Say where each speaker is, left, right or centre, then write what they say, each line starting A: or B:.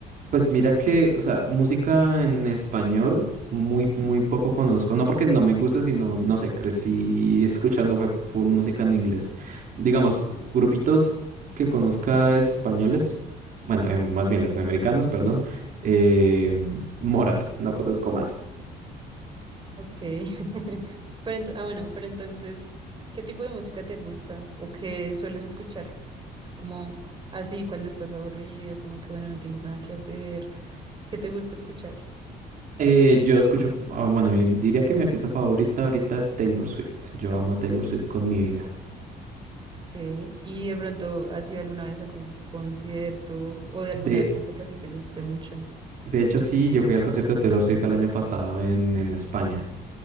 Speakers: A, on the right; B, on the right.
A: Pues mira que, o sea, música en español muy, muy poco conozco. No porque no me gusta, sino, no sé, crecí escuchando fue full música en inglés. Digamos, grupitos que conozca españoles, bueno, eh, más bien latinoamericanos, perdón. eh, Morat, no conozco más.
B: Ok. <laughs> Pero ent- ah, bueno, pero entonces, ¿qué tipo de música te gusta o qué sueles escuchar? como así cuando estás aburrido, como que bueno, no tienes nada que hacer, ¿qué te gusta escuchar?
A: Eh, yo escucho, fu- ah, bueno, mi- diría que mi artista favorita ahorita es Taylor Swift. Yo amo a Taylor Swift con mi vida.
B: okay ¿Y de pronto has ido alguna vez a algún concierto o de algún
A: De,
B: artista que así te guste mucho?
A: de hecho, sí, yo fui al concierto de Taylor Swift el año pasado en, en España.